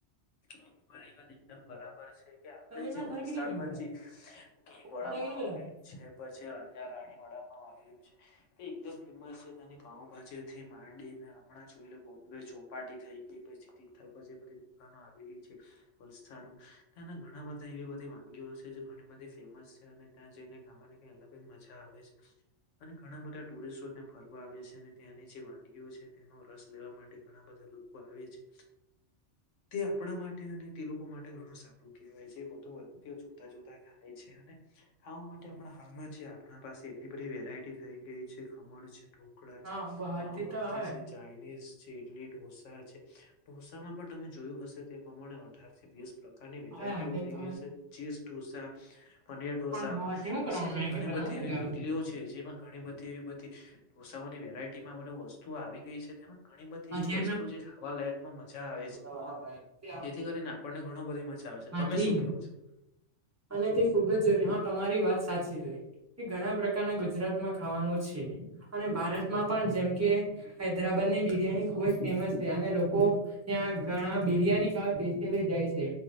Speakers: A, on the left (about 80°); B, on the right (about 15°).
A: તમારી વાત એકદમ બરાબર છે. કે આપણે
B: તમે તારે
A: જે વલસાડમાં
B: કેટલી મિનિટ
A: જે કિંગ વડાપાઉ
B: બતા કે બધા
A: આવેલું છે. પછી રાજા રાણી વડાપાઉ આવેલુ છે. તે એકદમ ફેમસ છે તેની પાઉભાજીથી માંડીને આપણા જોઈ બોમ્બે ચોપાટી થઈ એ પછી તિથલ પર જે બધી દુકાનો આવેલી છે. વલસાડ ત્યાં ના ઘણા બધા એવી બધી વાગીઓ છે જે ઘણી બધી ફેમસ છે અને ત્યાં જઈને ખાવાની કઈ અલગ જ મજા આવે છે. અને ઘણા બધા ટુરિસ્ટો ત્યાં ફરવા આવે છે અને ત્યાંની જે વાનગીઓ છે તેનો રસ લેવા માટે ઘણા બધા લોકો આવે છે તે આપણા માટે અને તે લોકો માટે ઘણું સારું કહેવાય છે વધુ વધુ તે જોતા જોતા ખાય છે અને ખાવા માટે હમણાં હાલમાં જે આપણા પાસે એટલી બધી વેરાયટી થઈ ગઈ છે ખમણ છે ઢોકળા
B: હા
A: છે
B: બહારથી
A: પાઉભાજી
B: તો હવે
A: છે ચાઇનીઝ છે ઇડલી ઢોસા છે ઢોસામાં પણ તમે જોયું હશે તે પ્રમાણે હવે <unintelligible> વીસ પ્રકારની વેરાયટીઓ
B: હવે આઠ
A: થઈ
B: તો
A: ગઈ છે ચીઝ ઢોસા પનીર ઢોસા
B: પણ હવાથી હું
A: પછી
B: કરવાનું
A: તે
B: મેં
A: ઘણી
B: કે બનાવ
A: બધી
B: ને
A: એવી
B: કે
A: ઇડલીઓ છે જેમાં ઘણી બધી એવી બધી ભૂસાઓની વેરાયટીમાં બધી વસ્તુઓ આવી ગઈ છે તેમાં ઘણી બધી
B: હાથી
A: એવી વસ્તુ જે ખાવા લાયકમાં મજા આવે છે.
B: હા
A: જેથી કરીને આપણને ઘણો બધી મજા આવે છે
B: હાથી
A: તમે શું કેવું છો
B: અને તે ખુબ જ જરૂરી હા તમારી વાત સાચી છે. એ ઘણા પ્રકારના ગુજરાતમાં ખાવાનું છે અને ભારતમાં પણ જેમ કે હૈદરાબદ ની બિરિયાની ખુબ જ ફેમસ છે અને લોકો ત્યાં ઘણા બિરિયાની ખાવા <unintelligible> જાય છે.